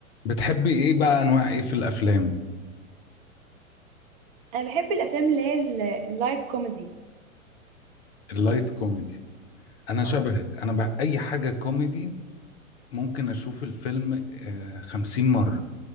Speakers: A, on the left; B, on the right.
A: بتحبي ايه بقى انواع ايه في الافلام
B: انا بحب الافلام اللي هي ال- اللايت كوميدي
A: اللايت كوميدي انا
B: اه
A: شبهك انا بقى اي حاجه كوميدي ممكن اشوف الفيلم آه، خمسين مره